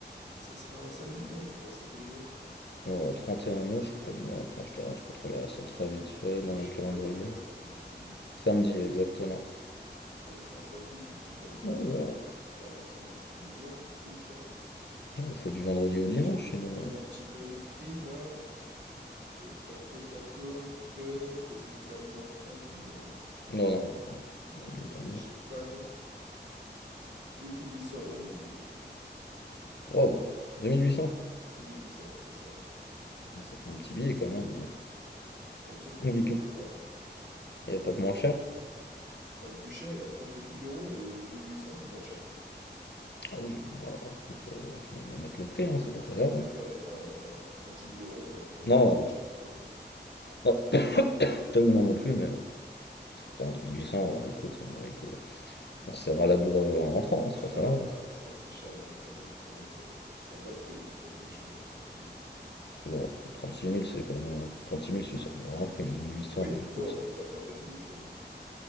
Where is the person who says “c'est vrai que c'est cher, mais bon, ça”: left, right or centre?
Right